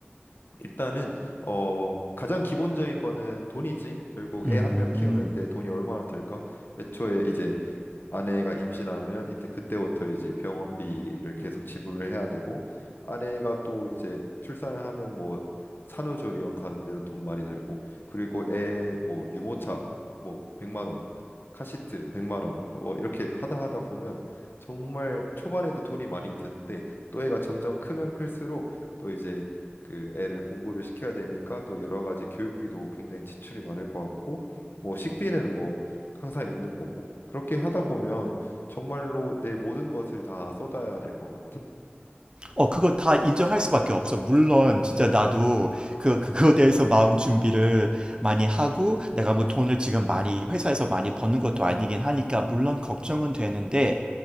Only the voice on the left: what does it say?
일단은, 어, 가장 기본적인 거는 돈이지. 결국
애 한 명 키우는데 돈이 얼마나 들까? 애초에 이제 아내가 임신하면 이때 그때부터 이제 병원비를 계속 지불을 해야 되고 아내가 또 이제 출산을 하면 뭐 산후조리원 가는 데도 돈 많이 들고 그리고 애 뭐 유모차 뭐 100만 원 카시트 100만 원뭐 이렇게 하다 하다 보면 정말 초반에도 돈이 많이 드는데 또 애가 점점 크면 클수록 또 이제 그 애를 공부를 시켜야 되니까 또 여러 가지 교육비도 굉장히 지출이 많을 것 같고 뭐 식비는 뭐 항상 있는 거고. 그렇게 하다 보면 정말로 내 모든 것을 다 쏟아야 될 것 같아.